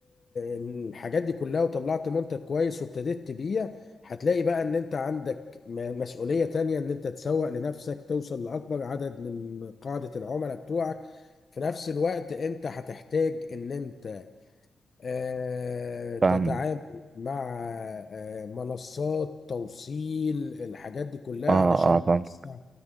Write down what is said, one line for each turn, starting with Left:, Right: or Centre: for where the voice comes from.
Left: الحاجات دي كلها وطلعت منتج كويس وابتديت تبيع هتلاقي بقى ان انت عندك م- مسؤولية تانية ان انت تسوق لنفسك توصل لأكبر عدد من قاعدة العملاء بتوعك في نفس الوقت انت هتحتاج ان انت آه، تتعامل
Right: فاهمه
Left: مع آه، منصات توصيل الحاجات دي كلها
Right: اه
Left: علشان
Right: اه
Left: تسع